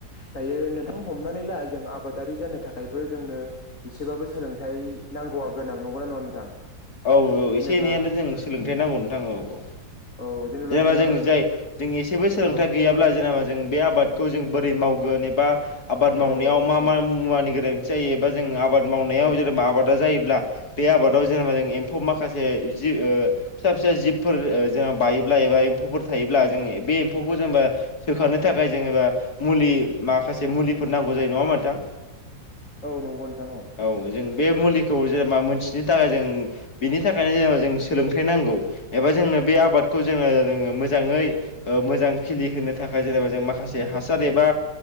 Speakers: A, on the left (about 50°); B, on the left (about 70°).
A: दायो नोंथां हमनानै ला जों आबादारि जानो थाखायबो जोंनो एसेबाबो सो सोलोंथाइ नांगौआ गोनां नोंगौ ना नंङा नोंथां?
B: औ औ
A: जेनेब्ला
B: एसे एनैयानो जों सोलोंथाइ नांगौ नोंथां औ औ
A: औ
B: जेनेबा
A: जोंहा
B: जों जाय जों एसेबो सोलोंथाइ
A: औ
B: गैयाब्ला जेनेबा जों बे आबादखौ जों बोरै मावगोन एबा आबाद मावनायाव
A: औ
B: मा
A: औ
B: मा मुवानि गोनां जायो एबा जों आबाद मावनायाव
A: औ
B: जेनेबा आबादा जायोब्ला बे आबादाव जेनेबा जों एम्फौ माखासे जि फिसा फिसा जिबफोर जेनेबा बायो एबा एम्फौफोर थायोब्ला जो बे एम फौखौ जेनेबा सोखानो थाखाय जेनेबा मुलि मा माखासे मुलिफोर नांगौ जायो नंङा होनबा नोंथां?
A: औ नंगौ नोंथां
B: औ जों बे मुलिखौ जेनेबा मोनथिनो थाखाय जों बिनि थाखायनो जेनेबा जों सोलोंथाइ नांगौ एबा जोंनो बे आबाद खौ जो जोंङो जादोंङो मोजांयै ओ मोजां खिलिहोनो थाखाय जेनेबा जों माखासे हासार एबा